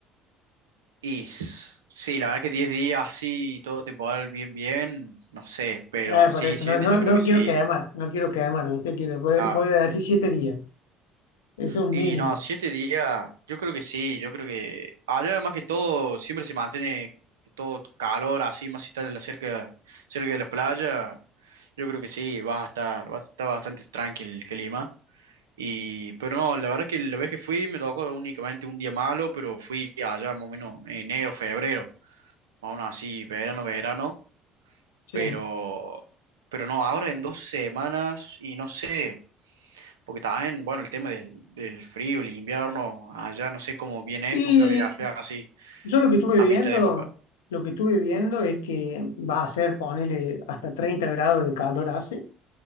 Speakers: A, on the right (about 80°); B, on the left (about 80°).
A: Y s- sí, la verdad que 10 días así, todo temporal bien, bien, no sé, pero
B: Eh,
A: sí,
B: por eso,
A: 7
B: no, no,
A: yo creo
B: no
A: que sí.
B: quiero quemar, no quiero quemar, ¿viste? Quiero, voy,
A: Ah,
B: voy a decir 7 días. Eso es un
A: y
B: mínimo.
A: no, 7 días, yo creo que sí, yo creo que... Allá además que todo, siempre se mantiene todo calor así, más si estás de la cerca, cerca de la playa, yo creo que sí, vas a estar, vas a estar bastante tranquilo que Lima. Y, pero no, la verdad que la vez que fui me tocó únicamente un día malo, pero fui allá más o menos enero, febrero, más o menos así, verano, verano.
B: Sí.
A: pero, pero no, ahora en dos semanas y no sé, porque también, bueno, el tema del, del frío, el invierno, allá no sé cómo bien es,
B: Y
A: nunca viajé así
B: Yo lo que estuve
A: a
B: viendo,
A: mitad de época.
B: lo que estuve viendo es que va a ser, ponele, hasta 30 grados de calor hace,